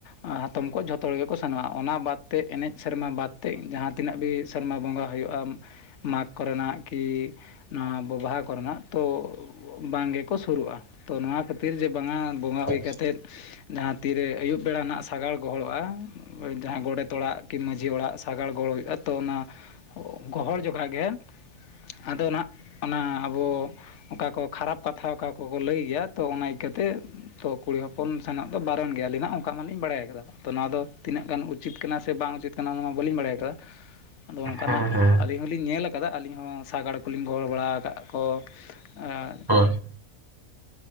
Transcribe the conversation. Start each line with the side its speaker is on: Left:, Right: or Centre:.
Left: ᱟᱸᱻ ᱦᱟᱛᱚᱢ ᱠᱚ ᱡᱷᱚᱛᱚ ᱦᱚᱲ ᱜᱮᱠᱚ ᱥᱮᱱᱚᱜ-ᱟ ᱚᱱᱟ ᱵᱟᱫᱽ ᱛᱮ ᱮᱱᱮᱡ ᱥᱮᱨᱢᱟ ᱵᱟᱫᱽ ᱛᱮ ᱡᱟᱦᱟᱸ ᱛᱤᱱᱟᱹᱜ ᱜᱤᱼᱼ ᱥᱮᱨᱢᱟ ᱵᱚᱸᱜᱟ ᱦᱩᱭᱩᱜ-ᱟᱢ ᱢᱟᱜᱽ ᱠᱚᱨᱮ ᱱᱟᱜ ᱠᱤᱼᱼ ᱱᱚᱣᱟ ᱵᱚᱵᱟᱦᱟ ᱠᱚᱨᱮᱱᱟᱜ ᱛᱚ ᱵᱟᱝ ᱜᱮᱠᱚ ᱥᱩᱨᱩᱜᱼᱟ᱾ ᱛᱚ ᱱᱚᱣᱟ ᱠᱷᱟᱹᱛᱤᱨ ᱡᱮ ᱵᱟᱝᱟ ᱵᱚᱸᱜᱟ ᱦᱩᱭ
Right: ᱟᱪᱪᱷᱟ
Left: ᱠᱟᱛᱮᱫ ᱼᱼ ᱡᱟᱦᱟᱸ ᱛᱤᱨᱮ ᱟᱹᱭᱩᱵ ᱵᱮᱲᱟ ᱱᱟᱜ ᱥᱟᱜᱟᱲ ᱜᱚᱦᱚᱲᱚᱜᱼᱟ ᱾ ᱡᱟᱦᱟᱸ ᱜᱚᱰᱮᱛ ᱚᱲᱟᱜ ᱠᱤ ᱢᱟᱹᱡᱷᱤ ᱚᱲᱟᱜ ᱥᱟᱜᱟᱲ ᱜᱚᱦᱚᱲ ᱦᱩᱭᱩᱜᱼᱟ ᱛᱚ ᱚᱱᱟ ᱼᱼ ᱠᱚ ᱜᱚᱦᱚᱲ ᱡᱚᱠᱷᱟ ᱜᱮ ᱼᱼ ᱟᱫᱚ ᱱᱟᱦᱟᱜ ᱚᱱᱟ ᱟᱵᱚ ᱚᱠᱟ ᱠᱚ ᱠᱷᱟᱨᱟᱯ ᱠᱟᱛᱷᱟ ᱚᱠᱟ ᱠᱚ ᱼᱼ ᱠᱚ ᱞᱟᱹᱭ ᱜᱮᱭᱟ ᱛᱚ ᱚᱱᱟ ᱤᱠᱟᱹᱛᱮ ᱼᱼ ᱛᱚ ᱠᱩᱲᱤ ᱦᱚᱯᱚᱱ ᱥᱮᱱᱚᱜ ᱫᱚ ᱵᱟᱨᱚᱱ ᱜᱮᱭᱟ ᱞᱤᱱᱟᱜ ᱚᱱᱠᱟ ᱦᱚᱞᱤᱧ ᱵᱟᱲᱟᱭ ᱟᱠᱟᱫᱟ ᱟᱫᱚ ᱱᱚᱣᱟ ᱫᱚ ᱛᱤᱱᱟᱹᱜ ᱜᱟᱱ ᱩᱪᱤᱛ ᱠᱟᱱᱟ ᱥᱮ ᱵᱟᱝ ᱩᱪᱤᱛ ᱼᱼ ᱠᱟᱱᱟ ᱚᱱᱟ ᱫᱚᱞᱤᱧ ᱵᱟᱹᱞᱤᱧ ᱵᱟᱲᱟᱭ ᱠᱟ ᱾
Right: <inaudible>
Left: ᱟᱫᱚ ᱚᱱᱠᱟᱱᱟᱜ
Right: ᱦᱮᱸ ᱦᱮᱸ
Left: ᱟᱹᱞᱤᱧ ᱦᱚᱸ ᱼᱼ ᱞᱤᱧ ᱧᱮᱞ ᱟᱠᱟᱫᱟ ᱟᱹᱞᱤᱧ ᱦᱚᱸ ᱥᱟᱜᱟᱲ ᱠᱚᱞᱤᱧ ᱜᱚᱲ ᱵᱟᱲᱟ ᱟᱠᱟ ᱠᱚ ᱟᱨ ᱼᱼ
Right: ᱦᱳᱭ ᱼᱼ